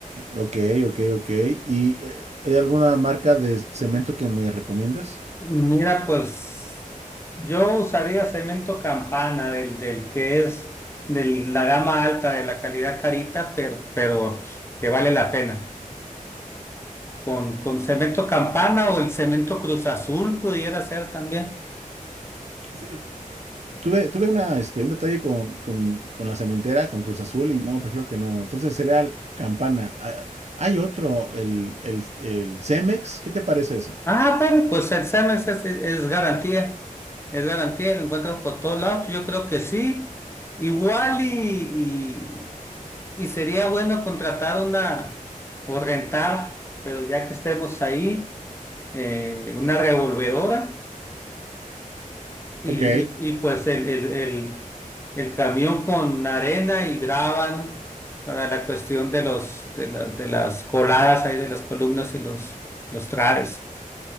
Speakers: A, on the right (about 50°); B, on the left (about 20°).
A: Ok, ok, ok. ¿Y eh, hay alguna marca de cemento que me recomiendes?
B: Mira, pues yo usaría cemento Campana, del, del que es de la gama alta, de la calidad carita, pero, pero que vale la pena. Con, con cemento Campana o el cemento Cruz Azul pudiera ser también.
A: Fí- Tuve, tuve una, este, un detalle con, con, con la cementera, con Cruz Azul, y no, prefiero que no. Entonces sería Campana. Ah, Hay otro, el, el, el Cemex, ¿qué te parece ese?
B: Ah, bueno, pues el Siemens es, es garantía, es garantía, lo encuentras por todos lados, yo creo que sí. Igual y, y, y sería bueno contratar una o rentar, pero ya que estemos ahí, eh, una revolvedora y,
A: Ok.
B: y, y pues el, el, el, el camión con arena y graban para la cuestión de los, de la- de las coladas ahí, de las columnas y los, los traves.